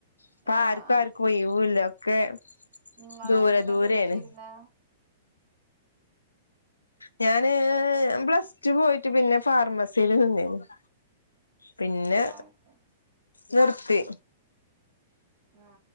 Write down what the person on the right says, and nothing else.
ആഹ്
നിങ്ങള്
എന്തിനാ
പഠിച്ചിരുന്നെ
അത് ശരി
ഉ